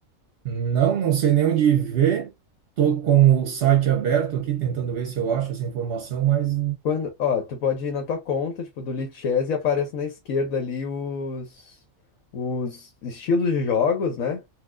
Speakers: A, on the right (about 55°); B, on the left (about 80°).
A: Não, não sei nem onde ver. Tô com o site aberto aqui, tentando ver se eu acho essa informação, mas
B: Quando, ó, tu pode ir na tua conta, tipo, do Lichess e aparece na esquerda ali os, os estilos de jogos, né?